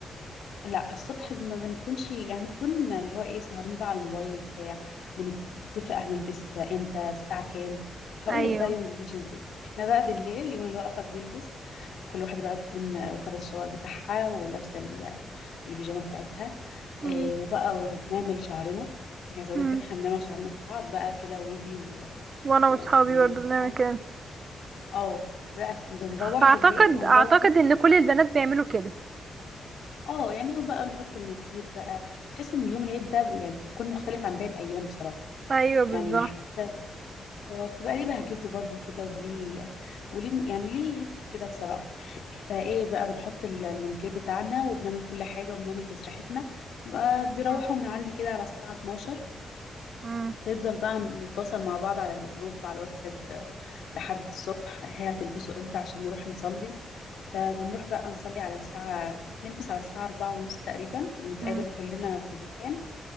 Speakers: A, on the left; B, on the right.
A: لا الصبح ما بنكونش يعني بنكون اللي هو ايه سهرين بقى على الموبايل بتاع بنتفق هنلبس امتى الساعة كام هقول
B: ايوه
A: لك بقى يوم بيمشي ازاي احنا بقى بالليل يوم الوقفة بنلبس كل واحدة بقى تكون واخدة الشاور بتاعها ولابسة ال- البيجامة بتاعتها
B: مم.
A: آه وبقى وبنعمل شعرنا عايزة اقول
B: مم.
A: لك إن احنا بنعمل شعرنا ببعض بقى كده ويفي و-
B: وانا
A: و-
B: واصحابي
A: والليل
B: برضه بنعمل
A: بقى
B: كده
A: اه بقى بنروح
B: فاعتقد
A: بالليل هنروح
B: اعتقد ان كل البنات بيعملوا كده
A: اه يعني وبقى نحط منوكير بقى بحس ان اليوم العيد ده يعني بيكون مختلف عن باقي الايام بصراحه
B: ايوه بالظبط
A: يعني حتى هو بيبقى ليه بهجته برضو كده وليه وليه يعني ليه هيبته كده بصراحه فايه بقى بنحط المنوكير بتاعنا وبنعمل كل حاجه وبنعمل تسريحتنا بقى بيروحوا
B: مم.
A: من عندي كده على الساعه 12
B: مم.
A: بيفضل بقى نتواصل مع بعض على الجروب على الواتساب لحد الصبح هي هتلبسه امتى عشان نروح نصلي فبنروح بقى نصلي على الساعة نلبس على الساعة أربعة ونص تقريبا وبنتقابل
B: مم.
A: كلنا في المكان